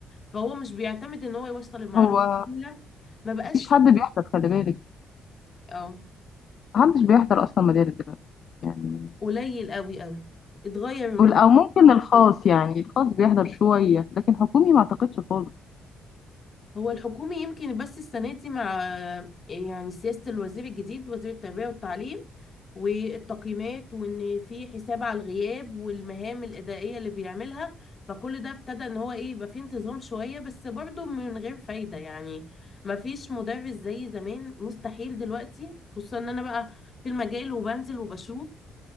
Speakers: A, on the left (about 40°); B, on the left (about 55°).
A: فهو مش بيعتمد ان هو يوصل المعلومة
B: هو
A: كاملة ما بقاش
B: مفيش حد بيحضر خلي بالك
A: اه
B: محدش بيحضر أصلا مدارس دلوقتي يعني
A: قليل قوي قوي اتغير
B: وال- أو ممكن
A: كله
B: الخاص
A: اتغير
B: يعني الخاص بيحضر شوية لكن حكومي ما أعتقدش خالص
A: هو الحكومي يمكن بس السنة دي مع يعني سياسة الوزير الجديد وزير التربية والتعليم والتقييمات وان في حساب على الغياب والمهام الإدارية اللي بيعملها فكل ده ابتدى ان هو ايه يبقى فيه انتظام شوية بس برضه من غير فايدة يعني ما فيش مدرس زي زمان مستحيل دلوقتي خصوصا ان انا بقى في المجال وبنزل وبشوف